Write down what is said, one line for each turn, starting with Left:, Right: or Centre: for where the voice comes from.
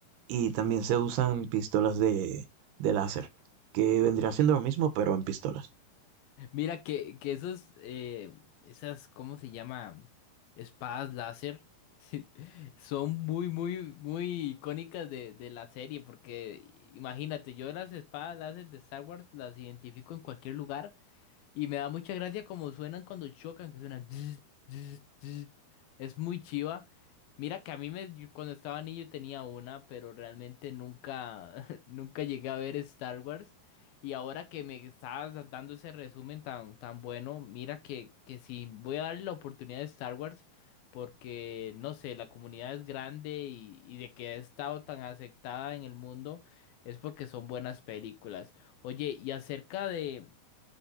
Right: y también se usan pistolas de, de láser, que vendría siendo lo mismo, pero en pistolas.
Left: Mira que, que esos, eh, esas, ¿cómo se llama? Espadas láser, <laughs> sí, son muy, muy, muy icónicas de, de la serie, porque imagínate, yo las espadas láser de Star Wars las identifico en cualquier lugar. Y me da mucha gracia como suenan cuando chocan, que suenan. zzz, zzz, zzz. Es muy chiva. Mira que a mí me, yo cuando estaba niño tenía una, pero realmente nunca, <laughs> nunca llegué a ver Star Wars. Y ahora que me estabas da- dando ese resumen tan, tan bueno, mira que, que sí, voy a darle la oportunidad de Star Wars, porque no sé, la comunidad es grande y, y de que ha estado tan aceptada en el mundo es porque son buenas películas. Oye, y acerca de